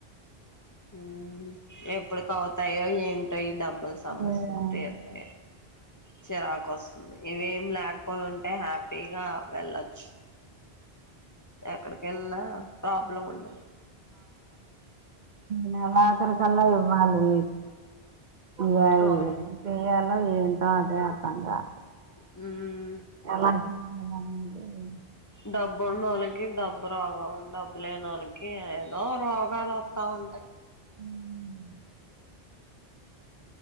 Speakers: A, on the left; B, on the right.
A: మ్ ఎప్పుడికి అవుతాయో ఏం టో ఈ డబ్ బుల్
B: అయిపోవాలి
A: సమస్య ఉంటే అంతే చిరాకు ఒస్తుంది ఇవేం లేకపోయి ఉంటే హ్యాపీగా వెళ్లొచ్చు ఎక్కడికి వెళ్లిన ప్రాబ్లం ఉండదు
B: నెలాకరు కళ్ళ ఇవ్వాలి ఇగ అయి
A: అవును
B: ఏం చెయ్యాల్ ఏంటో అదే అర్ధంకాట్లే
A: మ్
B: ఎలా అలానే ఉండేది
A: డబ్బున్నోళ్ళకి డబ్బురావలే డబ్బు లేనోళ్ళకి ఏదో రోగాలు వస్తా ఉంటాయి
B: మ్